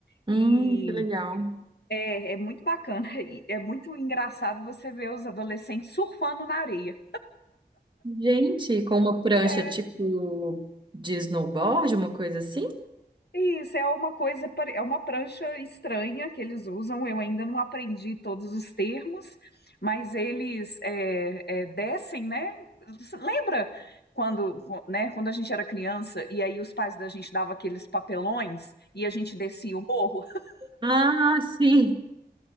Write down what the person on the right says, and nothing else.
Hum,
que legal.
Gente, com uma prancha
tipo de snowboard, uma coisa assim?
Ah, sim.